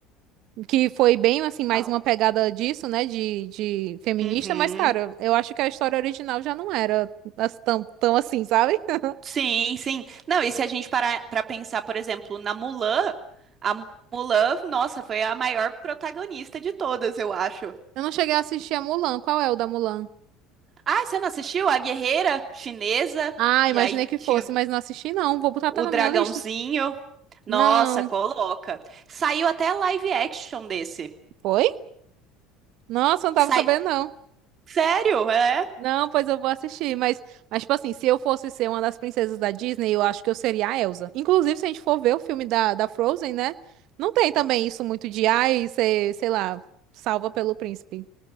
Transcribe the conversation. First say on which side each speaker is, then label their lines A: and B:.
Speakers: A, on the right; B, on the right.
A: que foi bem assim
B: Qual?
A: mais uma pegada disso, né, de, de feminista,
B: Uhum.
A: mas cara, eu acho que a história original já não era as- tão, tão assim, sabe? <laughs>
B: Sim, sim. Não, e se a gente parar para pensar, por exemplo, na Mulan, a Mulan, nossa, foi a maior protagonista de todas, eu acho.
A: Eu não cheguei a assistir a Mulan. Qual é o da Mulan?
B: Ah, você não assistiu? A guerreira chinesa,
A: Ah, imaginei
B: e aí
A: que
B: tinha
A: fosse, mas não assisti não. Vou botar até
B: o
A: na
B: dragãozinho.
A: minha lista.
B: Nossa,
A: Não.
B: coloca. Saiu até live action desse.
A: Foi? Nossa, não tava
B: Sai-
A: sabendo não.
B: Sério? É?
A: Não, pois eu vou assistir, mas mas tipo assim, se eu fosse ser uma das princesas da Disney, eu acho que eu seria a Elsa. Inclusive, se a gente for ver o filme da, da Frozen, né? Não tem também isso muito de ai, ser, sei lá, salva pelo príncipe.